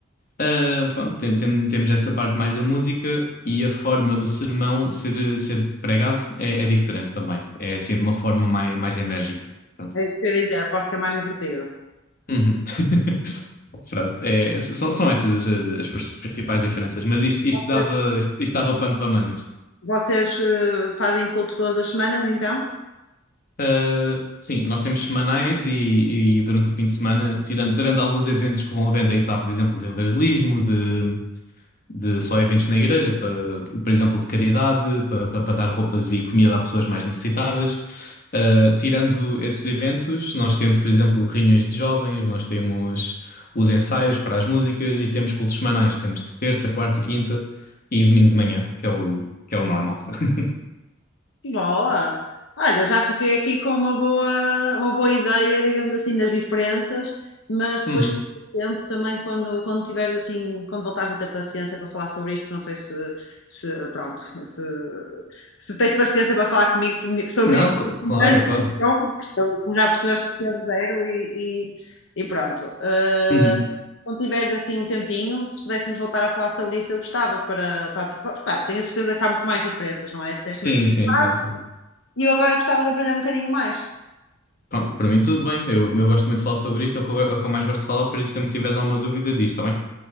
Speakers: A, on the left; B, on the left.
A: Ah, pronto, tem- tem- temos essa parte mais da música e a forma do sermão ser, ser pregado é, é diferente também. É assim de uma forma mais, mais enérgica. Pronto.
B: É isso que eu ia dizer. Aposto que é mais divertido.
A: Uhum. <laughs> Pronto, é, são, são essas as, as- as principais diferenças, mas isto, isto
B: Vocês
A: dava, isto, isto dava pano para mangas.
B: vocês, eh, fazem culto todas as semanas, então?
A: Uh, sim, nós temos semanais e, e durante o fim de semana, tirando, tirando alguns eventos que vão havendo aí, tá, por exemplo, de evangelismo, de, de só eventos na igreja, pa- por exemplo, de caridade, para dar roupas e comida a pessoas mais necessitadas. Uh, tirando esses eventos, nós temos, por exemplo, reuniões de jovens, nós temos os ensaios para as músicas e temos cultos semanais, temos de terça, quarta e quinta e domingo de manhã, que é o, que é o normal. <laughs>
B: Boa! Olha, já fiquei aqui com uma boa, uma boa ideia, digamos assim, das diferenças, mas depois,
A: Uhum.
B: com o tempo, também quando, quando tiveres assim, quando voltares a ter paciência para falar sobre isto, porque não sei se, se pronto, se, se tens paciência para falar comigo por- sobre
A: Não,
B: isto,
A: cl-
B: assim,
A: claro,
B: tanto
A: claro.
B: que eu, que sou- como já percebeste, que é zero e, e, e pronto. Ah,
A: Uhum.
B: Quando tiveres assim um tempinho, se pudéssemos voltar a falar sobre isso, eu gostava para, para, para- porque, claro, tenho a certeza que há muito mais diferenças, não é? Disseste-me
A: Sim,
B: assim.
A: sim,
B: "Ah,
A: sim, sim.
B: e eu agora gostava de aprender um bocadinho mais.
A: Pronto, para mim tudo bem. Eu, eu gosto muito de falar sobre isto, é o que eu, é o que eu mais gosto de falar, por isso se sempre tiveres alguma dúvida diz, está bem?